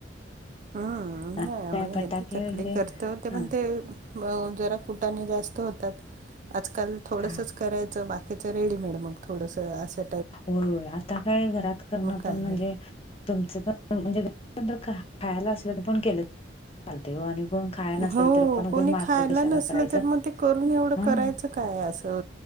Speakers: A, on the right; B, on the left.
A: हम्म
B: आणि
A: नाही आम्हाला
B: काय फटाके
A: यथे चकली
B: वगैरे
A: करतो ते
B: हा
A: पण ते अ जरा कुटाने जास्त होतात. आजकाल थोडसच
B: हा
A: करायच बाकीच रेडीमेड मग थोडस असे
B: होय होय आता काय घरात करण
A: काय
B: पण म्हणजे. तुमच पण म्हणजे घरात खायला असल तर पण केल चालते. ओ आणि पण खाया नसेल
A: हो
B: तर उगच
A: कोणी
B: मात्र
A: खायला
B: कशाला
A: नसल
B: करायचं
A: तर मग ते करून एवढ
B: हम्म
A: करायच काय अस हो